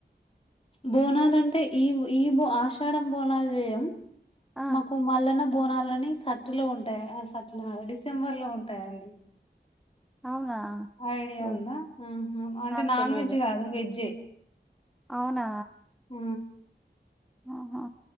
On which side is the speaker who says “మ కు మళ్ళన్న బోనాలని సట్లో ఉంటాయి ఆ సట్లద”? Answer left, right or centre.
Left